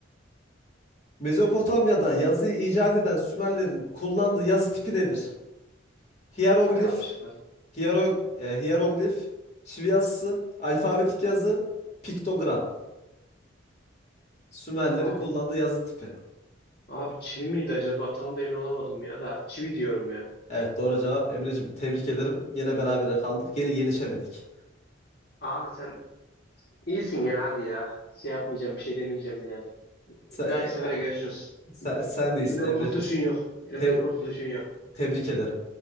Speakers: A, on the left; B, on the left.
A: Mezopotamya'da yazıyı icat eden Sümerlerin kullandığı yazı tipi nedir? Hieroglif,
B: Ver abi şıklar.
A: hierog e, hieroglif, şive yazısı, alfabetik yazı, piktogram. Sümerlerin
B: Abi
A: kullandığı yazı tipi.
B: abi çivi miydi acaba? Tam da emin olamadım ya da çivi diyorum ya.
A: Evet doğru cevap Emre'cim tebrik ederim. Yine berabere kaldık. Yine yenişemedik.
B: Abi sen İyisin gene hadi ya. Şey yapmayacağım, bir şey demeyeceğim yani. Bir
A: Sen, e,
B: dahaki sefere görüşürüz.
A: sen, sen değilsin
B: Elimden
A: Emre'cim.
B: kurtuluşun yok. Elimden
A: Te-
B: kurtuluşun yok.
A: tebrik ederim.